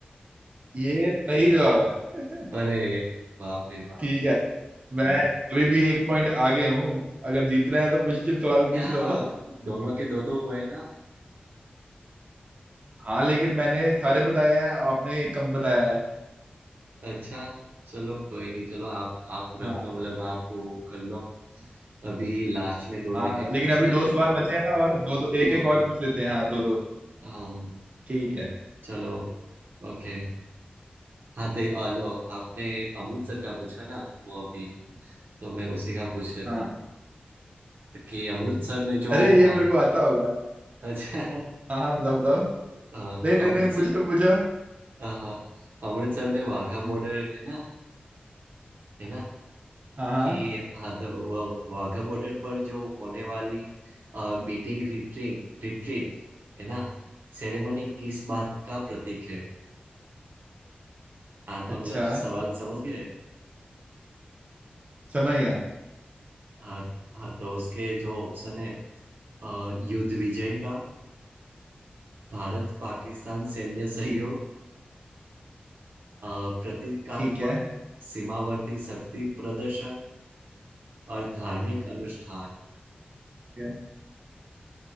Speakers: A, on the right; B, on the right.
A: ये सही जवाब है
B: अरे
A: <laughs>
B: बाप रे बाप
A: ठीक है मैं अभी भी एक पॉइंट आगे हूँ अगर जीतना है तो मुश्किल सवाल
B: क्या
A: पूछ लो <laughs>
B: दोनों के दो दो हुए ना
A: हाँ लेकिन मैंने सारे बताए हैं आपने एक कम बताया है
B: अच्छा चलो कोई नहीं चलो आप आप रख
A: हाँ
B: लो मतलब आप वो कर लो अभी लास्ट में दोनों
A: हाँ
B: एक एक
A: लेकिन
B: पूछते
A: अभी दो
B: हैं
A: सवाल बचे हैं ना और दो दो एक
B: हाँ
A: एक और पूछ लेते हैं हाँ दो दो
B: हाँ
A: ठीक है
B: चलो ओके हाँ तो आ लो आपने अमृतसर का पूछा ना वो अभी तो मैं उसी का पूछ लेता
A: हाँ
B: हूँ कि अमृतसर में जो
A: अरे ये
B: वाघ
A: मेरे को आता होगा
B: अच्छा
A: हाँ हाँ बताओ बताओ
B: हाँ,
A: नहीं नहीं
B: अमृतसर
A: नहीं पूछो पूछो
B: <laughs> हाँ अमृतसर में वाघा बॉर्डर है ना है ना
A: हाँ हाँ
B: कि हाँ तो वो वाघा बॉर्डर पर जो होने वाली बीटिंग रिट्रीट रिट्रीट है ना सेरेमनी किस बात का प्रतीक है आ,
A: अच्छा
B: मतलब सवाल समझ गए
A: समझ गया
B: हाँ हाँ तो उसके जो ऑप्शन है अ, युद्ध विजय का भारत पाकिस्तान सैन्य सहयोग
A: ठीक
B: अ, प्रतीकात्मक
A: ठीक है
B: सीमावर्ती शक्ति प्रदर्शन और धार्मिक अनुष्ठान
A: ठीक है।